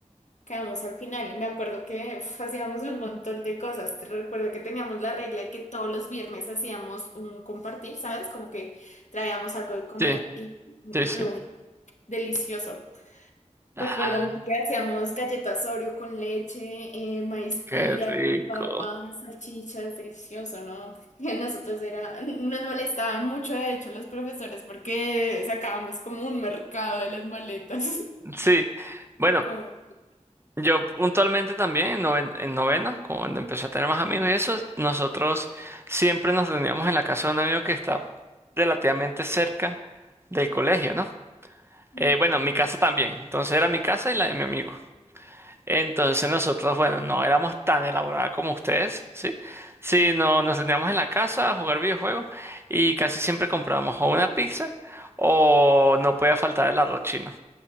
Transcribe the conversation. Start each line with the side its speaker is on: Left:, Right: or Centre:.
Left: quedamos al final. Y me acuerdo que uf, hacíamos un montón de cosas. Te recuerdo que teníamos la regla de que todos los viernes hacíamos un compartir, ¿sabes? Como que traíamos algo de comer
Right: Sí,
Left: y... reunimos
Right: sí, sí.
Left: Delicioso.
Right: Ah,
Left: Recuerdo mucho que hacíamos galletas Oreo con leche, eh, maíz
Right: qué
Left: pira
Right: rico.
Left: con papas, salchichas, delicioso, ¿no? <laughs> Y nosotros era, nos molestaban mucho, de hecho, los profesores porque sacábamos como un mercado de las maletas. <laughs>
Right: Sí. Bueno,
Left: Y como,
Right: Yo puntualmente también, en noven- en noveno, como cuando empecé a tener más amigos y eso, nosotros siempre nos reuníamos en la casa de un amigo que está relativamente cerca del colegio, ¿no?
Left: Ujú.
Right: Eh, bueno, mi casa también. Entonces era mi casa y la de mi amigo. Entonces nosotros, bueno, no éramos tan elaboradas como ustedes, ¿sí? sí no nos reuníamos en la casa a jugar videojuegos y casi siempre comprábamos o una pizza o no podía faltar el arroz chino,